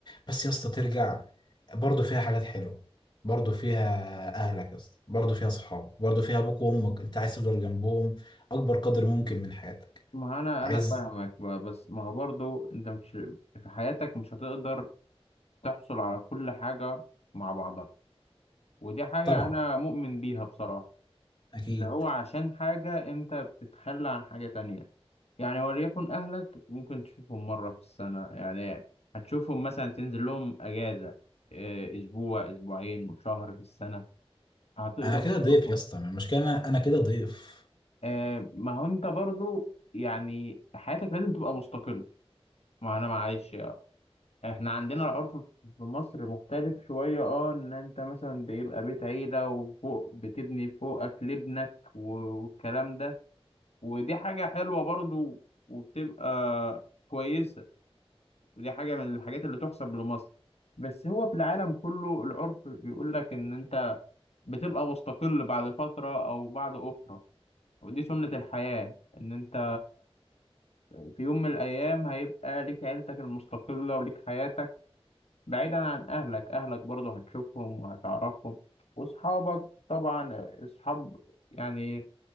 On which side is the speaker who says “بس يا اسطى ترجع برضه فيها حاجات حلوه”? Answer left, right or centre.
Left